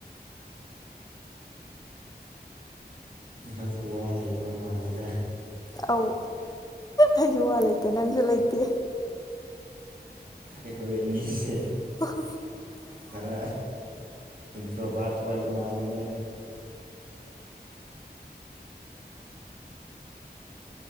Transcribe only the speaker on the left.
ꯑꯧ ꯑꯩꯁꯨ ꯋꯥ ꯂꯩꯇꯦ ꯅꯪꯁꯨ ꯂꯩꯇꯦ
<inaudible>